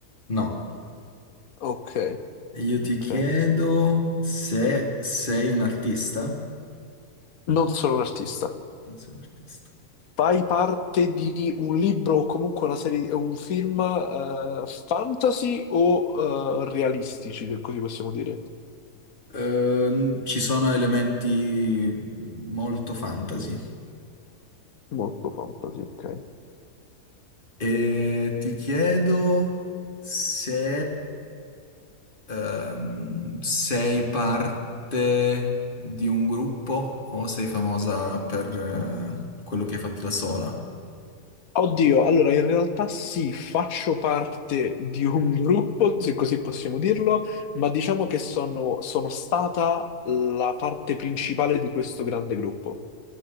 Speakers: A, on the left; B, on the left.
A: No.
B: Ok,
A: Io
B: ok.
A: ti chiedo se sei un artista.
B: Non sono un artista.
A: Io sono un artista.
B: Fai parte di un libro o comunque una serie, eh, un film eh, fantasy o eh, realistici, se così possiamo dire.
A: Eh, ci sono elementi molto fantasy.
B: Molto fantasy, ok.
A: E ti chiedo se ehm, sei parte di un gruppo o sei famosa per eh, quello che hai fatto da sola.
B: Oddio, allora in realtà sì, faccio parte di un <laughs> gruppo, se così possiamo dirlo, ma diciamo che sono, sono stata la parte principale di questo grande gruppo.